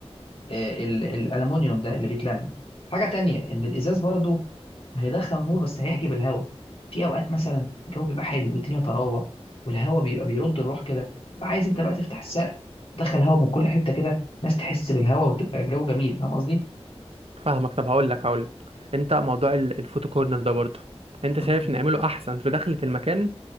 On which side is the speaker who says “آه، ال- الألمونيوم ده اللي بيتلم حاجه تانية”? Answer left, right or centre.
Left